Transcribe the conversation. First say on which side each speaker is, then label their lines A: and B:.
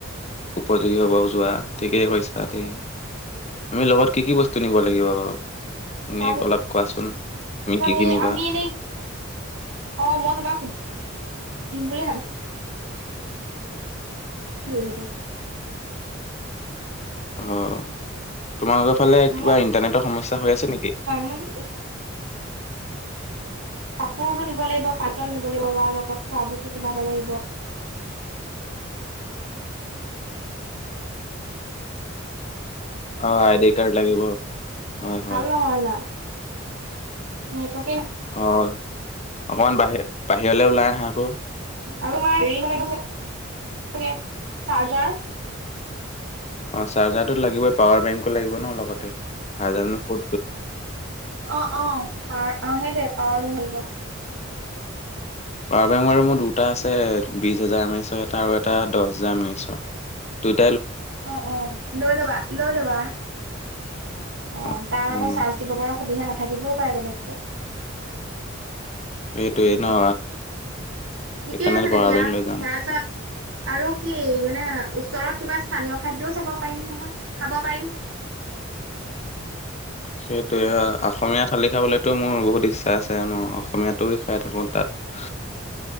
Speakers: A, on the left; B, on the right.
A: উপযোগী হ'ব যোৱা। ঠিকেই কৈছা দে, আমি লগত কি কি বস্তু নিব লাগিব বাৰু? এনেই
B: তাৰপিছত
A: অলপ কোৱাচোন তুমি কি
B: সেই
A: কি নিবা?
B: আমি এনেই অ মই তোমাক সুধ-সধিম বুলি ভাবি <unintelligible>
A: অ, তোমালোকৰ ফালে কিবা
B: মই
A: ইণ্টাৰনেটৰ সমস্যা হৈ আছে নেকি?
B: মানে কাপোৰো নিব লাগিব পাতল নিব লাগিব বা লগত খোৱা বস্তু কিবািব লাগিব। <unintelligible>
A: অ, আইডি কাৰ্ড লাগিব। হয়,
B: ভাল
A: হয়।
B: নহয় ইমান নেটৱৰ্কে না
A: অহ, অকমান বাহিৰ, বাহিৰলে ওলাই আহা। আকৌ
B: আৰু আমাৰ হেৰি <unintelligible> থাকে চাৰ্জাৰ।
A: অহ, চাৰ্জাৰটোত লাগিবই, পাৱাৰ বেংকো লাগিব ন লগতে, চাৰ্জাৰ ক'ত ক'ত
B: অহ', অহ'। পাৱাৰ অহ, সেইটোৱে পাৱাৰ বেংক লাগিব।
A: পাৱাৰ বেংক বাৰু মোৰ দুটা আছে, বিশ হাজাৰ দামী আনিছোঁ এটা আৰু এটা দহ হাজাৰ দামী আনিছোঁ। <unintelligible>
B: অ', অ' লৈ লবা, লৈ লবা। অহ,
A: অ'
B: তাত আকৌ
A: উম
B: চাৰ্জ দিব পৰা সুবিধা নাথাকে। থাকিবও পাৰে বেলেগকে।
A: সেইটোৱে
B: উম
A: ন'।
B: ঠিকে
A: সেইকাৰণে
B: আছে তেতিয়া
A: পাৱাৰ বেংক লৈ যাম
B: তাৰপিছত আৰু কি? মানে ওচৰত কিবা স্থানীয় খাদ্যও চাব পাৰিম নহয়, খাব পাৰিম।
A: <inaudible> সেইটোৱে অসমীয়া থালি খাবলৈতো মোৰ বহুত ইচ্ছা আছেন, অসমীয়াটো খাই থাকোঁ তাত। <unintelligible>